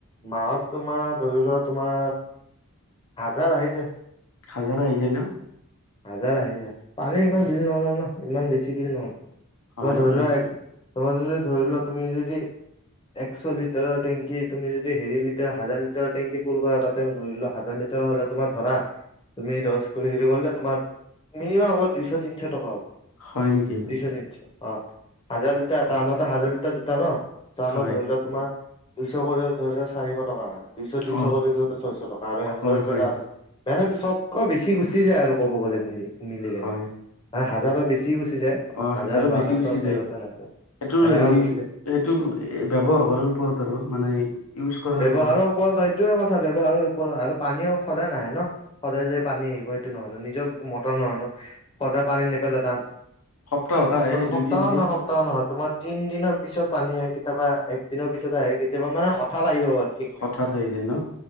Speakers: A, on the left; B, on the left.
A: মাহত তোমাৰ ধৰি লোৱা তোমাৰ হাজাৰ আহি যাই
B: হাজাৰ আহিছে ন?
A: হাজাৰ আহিছো পানী ইমান বিল নলয় ন ইমান বেছি বিল নলয়।
B: হয়,
A: তোমাৰ ধৰি
B: হয়,
A: লোৱা এক তোমাৰ ধৰি লোৱা তুমি যদি একশ লিটাৰৰ টেংকি তুমি যদি হেৰি লিটাৰ হাজাৰ লিটাৰ টেংকি ফুল কৰা তাতে ধৰি লোৱা হাজাৰ লিটাৰ হলে তোমাৰ ধৰা তুমি দহ কৰি হেৰি কৰিলে তোমাৰ মিনিমাম হ'ব দুইশ তিনিশ টকা হ'ব।
B: হয় নেকি?
A: দুইশ তিনশ। অ' হাজাৰ লিটা
B: অ,
A: আমাৰ <inaudible> ত ন? ত আমাৰ
B: হয়,
A: ধৰিল তোমাৰ দুইশ কৰিব ধৰিলে চাৰিশ টকা হয়। দুইশ তিনিশ
B: অ,
A: কৰি ছয়শ টকা আৰু সেহতঁৰ
B: হয়,
A: ফালে
B: হয়,
A: আছে মানে চবকৈ বেছি গুচি যায় আৰু ক'ব গ'লে মিলি। মিলি কেনে
B: হয়
A: মানে
B: অঁ
A: হাজাৰৰ বেছি গুচি যায়
B: অঁ
A: হাজাৰ
B: হাজাৰো
A: বাৰশ
B: বেছি গুচি
A: তেৰশ
B: যায়
A: এনেকা
B: সেইটো
A: এনেকা
B: হেৰি
A: গুচি যায়
B: সেইটো ব্যৱহাৰ কৰাৰ ওপৰত আৰু মানে ইউজ কৰাৰ
A: ব্যৱহাৰৰ
B: ওপৰত।
A: এইটোয়ে কথা ব্যৱহাৰ আৰু পানী সদায় নাহে ন! সদায় যে পানী আহিব সেইটো নহয় ন নিজৰ মটৰ নহয় ন সদায় পানী নেপেলাই তাহ
B: সপ্তাহত আহে
A: সপ্তাহৰ
B: দুই তিনিদিন
A: নহয় সপ্তাহ নহয় তোমাৰ তিন দিনৰ পিছত পানী আহে কেতিয়াবা এক দিনৰ পিছত আহে কেতিয়াবা মানে হঠাৎ আহি যাব পাৰে ঠিক
B: হঠাৎ
A: নাই।
B: আহি যায় ন!